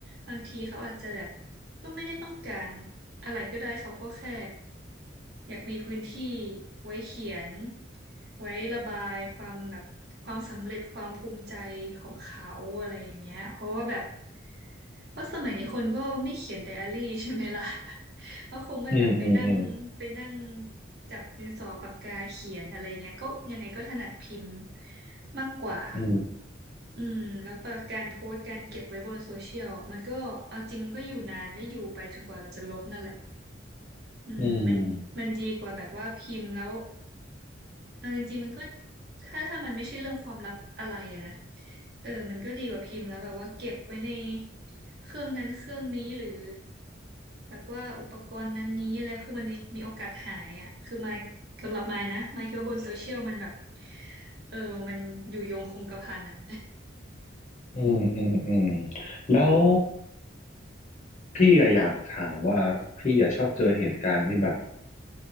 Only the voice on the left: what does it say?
อืมอืมอืม
อื
ม
อืมอืมอืมอืม แล้วพี่อะอยากถามว่าพี่อะชอบเจอเหตุการณ์ที่แบบ